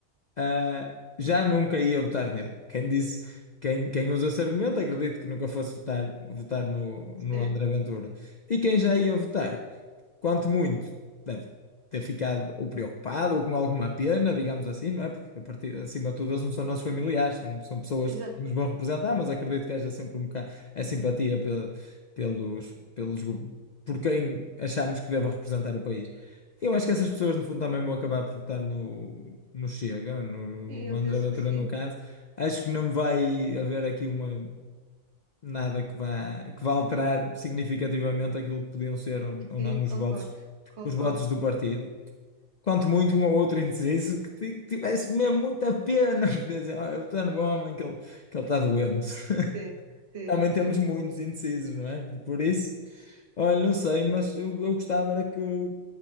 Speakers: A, on the left (about 55°); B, on the right (about 55°).
A: ah, já nunca ia votar nele. Quem disse, quem, quem usa esse argumento, acredito que nunca fosse votar, votar no, no
B: sim,
A: André Ventura. E quem já ia votar, quanto muito ter ficado ou preocupado ou com alguma pena, digamos assim, não é? Porque a partir, acima de tudo eles não são nossos familiares, são, são pessoas
B: exato.
A: que nos vão representar, mas acredito que haja sempre um bocado a simpatia pe- pelos, pelos, go- por quem achamos que deve representar o país. Eu acho que essas pessoas, no fundo, também vão acabar por votar no, no Chega, no,
B: Sim,
A: no
B: eu
A: André
B: penso
A: Ventura,
B: que sim.
A: no caso. Acho que não vai haver aqui uma, nada que vá, que vá alterar significativamente aquilo que podiam ser ou ou
B: Sim,
A: não os
B: concordo,
A: votos
B: concordo.
A: os votos do partido. Quanto muito um ou outro indeciso que ti- tivesse mesmo muita pena <laughs> de dizer, ah, eu estou no homem que ele, que ele está doente.
B: Sim,
A: <laughs>
B: sim,
A: Também temos
B: sim.
A: muitos indecisos, não é? Por isso, olha, não sei, mas eu, eu gostava era que, que